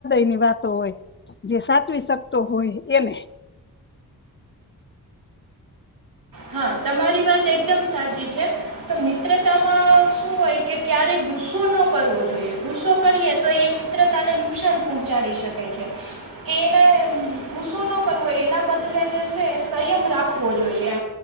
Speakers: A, on the left; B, on the right.
A: ની વાતો હોય જે સાચવી શકતો હોય એને
B: હા તમારી વાત એકદમ સાચી છે તો મિત્રતામાં શું હોય કે ક્યારેય ગુસ્સો ન કરવો જોઈએ ગુસ્સો કરીએ તો એ મિત્રતાને નુકસાન પહોંચાડી શકે છે કે એને ગુસ્સો ન કરવો હોય એના બદલે જે છે એ સંયમ રાખવો જોઈએ